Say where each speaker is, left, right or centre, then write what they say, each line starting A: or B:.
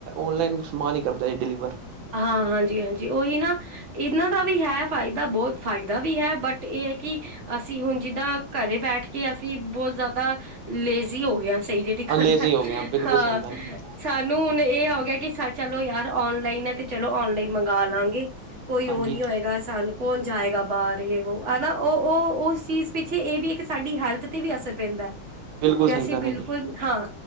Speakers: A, on the right; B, on the right.
A: ਔਨਲਾਈਨ ਸਮਾਨ ਹੀ ਕਰਦੇ ਹੈ ਡਿਲੀਵਰ।
B: ਹਾਂ ਹਾਂਜੀ-ਹਾਂਜੀ ਉਹੀ ਨਾ ਇਹਨਾਂ ਦਾ ਵੀ ਹੈ। ਫਾਇਦਾ ਬਹੁਤ ਫਾਇਦਾ ਵੀ ਹੈ ਬਟ ਇਹ ਹੈ ਕਿ ਅਸੀਂ ਹੁਣ ਜਿੱਦਾਂ ਘਰੇ ਬੈਠ ਕੇ ਅਸੀਂ ਬਹੁਤ। ਜ਼ਿਆਦਾ ਲੇਜ਼ੀ ਹੋ ਗਿਆ ਸੀ। ਸਹੀ ਜਿਹੜੀ ਗੱਲ
A: ਲੇਜ਼ੀ
B: ਹੈ
A: ਹੋ ਗਏ ਆ ਬਿਲਕੁਲ
B: ਹਾਂ
A: ਸਹੀ ਗੱਲ ਹੈ
B: ਸਾਨੂੰ ਹੁਣ ਇਹ ਆ ਗਿਆ ਕਿ ਚਲੋ ਯਾਰ। ਔਨਲਾਈਨ ਹੈ ਤੇ ਚਲੋ ਔਨਲਾਈਨ ਮੰਗ ਲਵਾਂਗੇ ਕੋਈ
A: ਹਾਂਜੀ
B: ਉਹ ਨੀ ਹੋਏਗਾ ਸਾਨੂੰ ਕੌਣ ਜਾਏਗਾ ਬਾਰ ਜੇ ਵੋ ਹਨਾ, ਉਹ ਉਹ ਉਸ ਚੀਜ਼ ਪਿੱਛੇ ਇਹ ਵੀ ਹੈ ਕਿ ਸਾਡੀ ਹੈਲਥ ਤੇ ਵੀ ਅਸਰ ਪੈਂਦਾ।
A: ਬਿਲਕੁਲ
B: ਕਿ
A: ਸਹੀ
B: ਅਸੀਂ
A: ਗੱਲ
B: ਬਿਲਕੁਲ
A: ਹੈ ਜੀ
B: ਹਾਂ,